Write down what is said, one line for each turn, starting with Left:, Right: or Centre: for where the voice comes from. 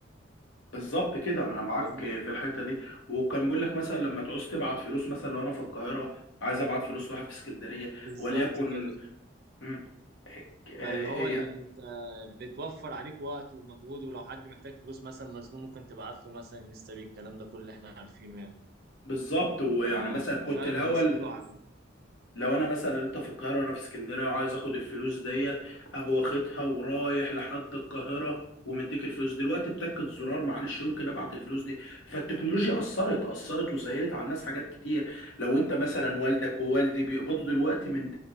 Left: بالظبط كده ما انا معاك
Right: فاهمني
Left: في الحته دي وكان بيقول لك مثلا لما تعوز تبعت فلوس مثلا لو انا في القاهره عايز ابعت فلوس لواحد في اسكندريه
Right: بالظبط
Left: وليكن
Right: كده
Left: مم، آه،
Right: فاللي هو اللي
Left: آه،
Right: انت بتوفر عليك وقت ومجهود ولو حد محتاج فلوس مثلا مزنوق ممكن تبعت له مثلا انستا بي الكلام ده كله احنا عارفينه يعني
Left: بالظبط ويعني
Right: ففعلا
Left: مثلا كنت الاول
Right: هم سهلوا على
Left: لو انا مثلا انت في القاهره وانا في اسكندريه وعايز اخد الفلوس ديت اجي واخدها ورايح لحد القاهره ومديك الفلوس دلوقتي بتكة زرار معلش يمكن ابعت الفلوس دي فالتكنولوجيا اثرت اثرت وسهلت على الناس حاجات كتير لو انت مثلا
Right: بالظبط
Left: والدك ووالدي بيقبضوا دلوقتي من